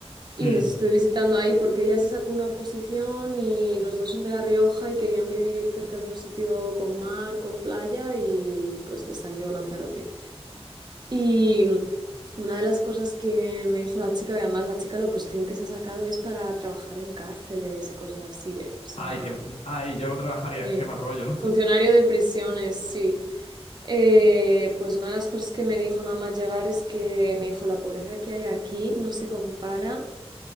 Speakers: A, on the right; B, on the left.
A: Y
B: Mm,
A: les estuve visitando ahí porque ella se sacó una oposición y los dos son de La Rioja y querían vivir cerca de un sitio con mar, con playa y pues les salió Lanzarote. Y mm, una de las cosas que me dijo la chica, y además la chica, la oposición que se ha sacado es para trabajar en cárceles y cosas así, ¿eh? O sea,
B: Ay, que, mm, ay, yo no trabajaría,
A: sí.
B: qué mal rollo, ¿no?
A: Funcionario de prisiones, sí. Eh, pues una de las cosas que me dijo nada más llegar es que me dijo, la pobreza que hay aquí no se compara